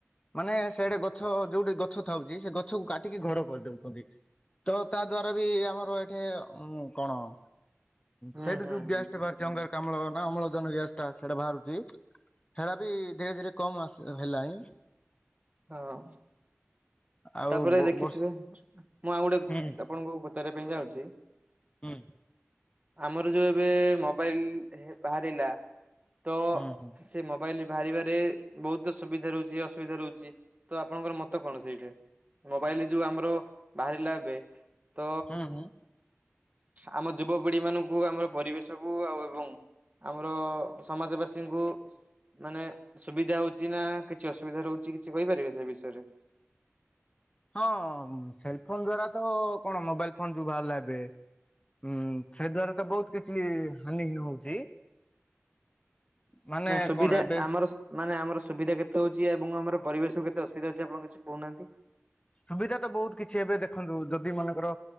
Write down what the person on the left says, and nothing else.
ମାନେ ସିଆଡେ ଗଛ ଯୋଉଠି ଗଛ ଥାଉଛି ସେ ଗଛକୁ କାଟିକି ଘର କରିଦଉଛନ୍ତି। ତ ତା ଦ୍ଵାରା ବି ଆମର ଏଠେ କଣ ହଁ
ସେଇଠୁ
ଯୋଉ
ଗ୍ୟାସ ଟା ବାହାରିଛି ଅଙ୍ଗାର କାମ୍ଳ ନା ଅମ୍ଳଜାନ ଗ୍ୟାସ ସେରା ବାହାରୁଛି ହେରା ବି ଧୀରେ ଧୀରେ କମ ଆସ ହେଲାଣି।
ଆଉ
ବ
ବର୍ଷ
ହୁଁ
ହୁଁ,
ହୁଁ ହୁଁ
ହୁଁ ହୁଁ
ହଁ ସେଲ ଫୋନ ଦ୍ଵାରା ତ କଣ ମୋବାଇଲ ଫୋନ ଯଉ ବାହାରିଲା ଏବେ। ହୁଁ ସେ ଦ୍ଵାରା ତ ବହୁତ କିଛି ହାନି ହିନି ହଉଛି। ମାନେ
କଣ ଏବେ
ସୁବିଧା ତ ବହୁତ କିଛି ଏବେ ଦେଖନ୍ତୁ ଯଦି ମନେଙ୍କର